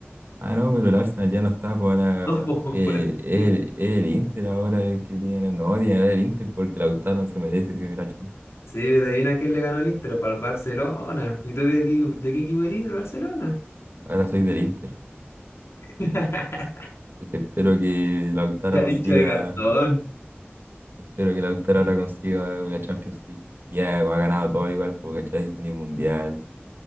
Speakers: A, on the right (about 55°); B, on the left (about 85°).
A: Ah, no, pero el Arsenal ya no está, pues ahora
B: No, po,
A: eh,
B: por esta opción.
A: el, el Inter, ahora el que tiene, no, tiene que ganar el Inter porque Lautaro no se merece que la Champions.
B: Sí, pero adivina quién le ganó el Inter, para el Barcelona. ¿Y tú de qué, de qué equipo eres del Barcelona?
A: Ahora soy del Inter,
B: <laughs>
A: y que espero que Lautaro
B: Ya,
A: consiga,
B: hincha de cartón.
A: espero que Lautaro ahora consiga la Champions League. Ya ha ganado todo igual, porque ¿cachai? Tiene Mundial.